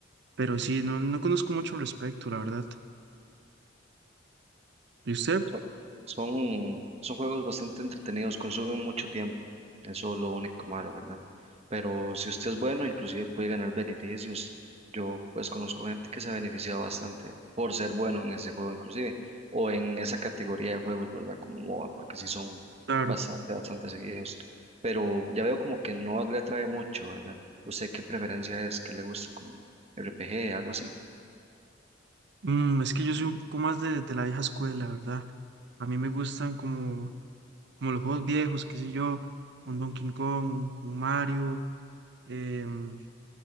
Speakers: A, on the right; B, on the right.
A: Pero sí, no, no conozco mucho al respecto, la verdad. ¿Y usted?
B: Son, son, son juegos bastante entretenidos, consumen mucho tiempo, eso es lo único malo, ¿verdad? Pero si usted es bueno, inclusive puede ganar beneficios. Yo pues conozco gente que se ha beneficiado bastante por ser bueno en ese juego inclusive, o en esa categoría de juegos, ¿verdad? Como MOBA, porque sí son
A: Claro.
B: bastante, bastante seguidos. Pero ya veo como que no le atrae mucho, ¿verdad? ¿Usted qué preferencia es? ¿Qué le gusta como RPG, algo así?
A: Mm, es que yo soy un poco más de, de la vieja escuela, ¿verdad? A mí me gustan como, como los juegos viejos, qué sé yo, un Donkey Kong, un Mario. em,